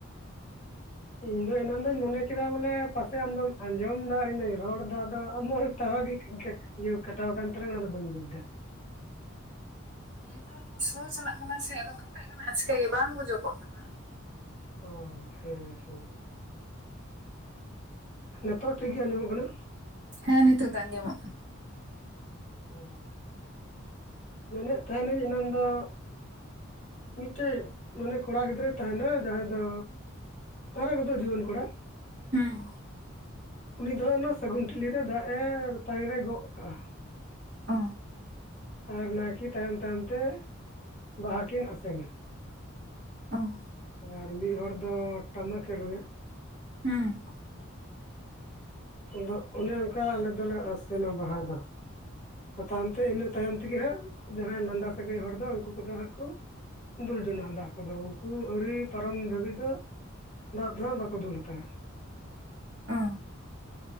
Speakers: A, on the left; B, on the right.
A: ᱤᱧ ᱫᱚ ᱮᱱᱟᱱ ᱫᱚᱧ ᱢᱚᱱᱮ ᱠᱮᱫᱟ ᱵᱚᱞᱮ ᱯᱟᱥᱮᱜ ᱟᱢᱫᱚᱢ ᱟᱸᱡᱚᱢᱮᱫᱟ ᱟᱨ ᱤᱧᱫᱚᱧ ᱨᱚᱲ ᱮᱫᱟ, ᱟᱫᱚ ᱟᱢᱟᱜ ᱴᱟᱣᱟᱨ ᱜᱮ <inaudible> ᱤᱭᱟᱹ ᱠᱟᱴᱟᱣ ᱠᱟᱱ ᱛᱟᱞᱟᱝ ᱚᱱᱟ ᱫᱚ ᱵᱟᱹᱧ ᱵᱩᱡᱽᱫᱟ ᱾
B: ᱱᱮᱴᱣᱟᱨᱠ ᱠᱚ ᱥᱞᱳ ᱪᱟᱞᱟᱜ ᱠᱟᱱᱟ ᱥᱮ ᱟᱫᱚ ᱠᱟᱴᱟᱜ ᱠᱟᱱᱟ ᱟᱪᱠᱟᱹ ᱜᱮ ᱵᱟᱝ ᱜᱩᱡᱩᱜᱚᱜ ᱠᱟᱱᱟ ᱾
A: ᱚ ᱦᱮᱸ ᱦᱮᱸ ᱾ ᱱᱤᱛᱚᱜ ᱴᱷᱤᱠ ᱜᱮ ᱟᱸᱡᱚᱢᱚᱜ ᱠᱟᱱᱟ?
B: ᱦᱮᱸ, ᱱᱤᱛᱚᱜ ᱫᱚ ᱟᱸᱡᱚᱢᱚᱜ ᱠᱟᱱᱟ ᱾
A: ᱚ, ᱢᱮᱱᱮᱫ ᱛᱟᱦᱮᱱᱟᱹᱧ ᱮᱱᱟᱱ ᱫᱚ ᱢᱤᱫᱴᱮᱡ ᱢᱟᱱᱮ ᱠᱚᱲᱟ ᱜᱤᱫᱽᱨᱟᱹᱭ ᱛᱟᱦᱮᱱᱟ ᱡᱟᱦᱟᱸᱭ ᱫᱚ ᱦᱟᱨᱟ ᱜᱚᱫᱚᱜ ᱡᱩᱣᱟᱹᱱ ᱠᱚᱲᱟ ᱾
B: ᱦᱩᱸ ᱾
A: ᱩᱱᱤ ᱫᱚ ᱚᱱᱟ ᱥᱟᱹᱜᱩᱱ ᱴᱷᱤᱞᱤᱨᱮ ᱫᱟᱜ ᱮ ᱛᱟᱨᱮᱱ ᱨᱮ ᱜᱚᱜ ᱟᱠᱟᱜᱼᱟ ᱾
B: ᱚ ᱾
A: ᱟᱨ ᱱᱟᱭᱠᱮ ᱛᱟᱭᱚᱢ ᱛᱟᱭᱚᱢ ᱛᱮ ᱵᱟᱦᱟ ᱠᱤᱱ ᱟᱥᱮᱱᱟ
B: ᱚᱸᱜ
A: ᱟᱨ ᱢᱤᱫ ᱦᱚᱲ ᱫᱚ ᱴᱟᱢᱟᱠ ᱮ ᱨᱩᱭᱟ
B: ᱦᱩᱸ
A: ᱟᱫᱚ ᱚᱱᱮ ᱚᱱᱠᱟ ᱟᱞᱮ ᱫᱚᱞᱮ ᱟᱥᱮᱱᱟ ᱵᱟᱦᱟ ᱫᱚᱼᱼ ᱛᱟᱭᱚᱢ ᱛᱮ ᱤᱱᱟᱹ ᱛᱟᱭᱚᱢ ᱛᱮᱜᱮ ᱦᱟᱸᱜ ᱡᱟᱦᱟᱸᱭ ᱞᱟᱸᱫᱟ ᱥᱟᱹᱜᱟᱹᱭ ᱦᱚᱲ ᱫᱚ ᱩᱱᱠᱩ ᱠᱚᱫᱚ ᱦᱟᱸᱜ ᱠᱚᱼᱼ ᱫᱩᱞ ᱡᱚᱱᱟᱜ ᱫᱟᱜ ᱠᱚ ᱫᱚ ᱩᱱᱠᱩ ᱟᱹᱣᱨᱤ ᱯᱟᱨᱚᱢ ᱫᱷᱟᱹᱵᱤᱡ ᱫᱚ ᱫᱟᱜ ᱫᱚ ᱦᱟᱸᱜ ᱵᱟᱠᱚ ᱫᱩᱞ ᱦᱟᱛᱟᱲᱟ
B: ᱚ